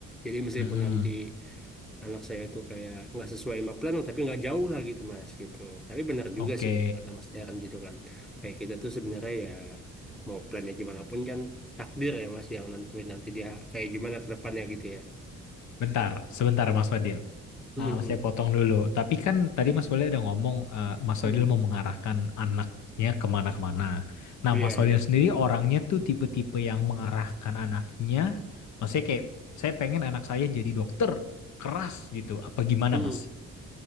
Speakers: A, in the centre; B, on the left.
A: jadi meskipun
B: Mm-mm.
A: nanti anak saya tuh kayak nggak sesuai sama plan tapi nggak jauh lah gitu mas gitu tapi benar
B: Oke,
A: juga sih ya, kata mas Darren gitu kan kayak kita tuh sebenarnya ya mau plannya gimana pun kan takdir ya mas yang nanti nanti dia kayak gimana ke depannya gitu ya
B: bentar, sebentar Mas Fadil.
A: hmm
B: Ah, saya potong dulu. Tapi kan tadi
A: ya
B: Mas Solil ada ngomong eh, Mas Solil
A: hmm
B: mau mengarahkan anaknya kemana-kemana. Nah,
A: iya
B: Mas Solil
A: iya betul
B: sendiri orangnya tuh tipe-tipe yang mengarahkan anaknya. Maksudnya kayak saya pengen anak saya jadi dokter keras gitu. Apa gimana,
A: Hmm.
B: Mas?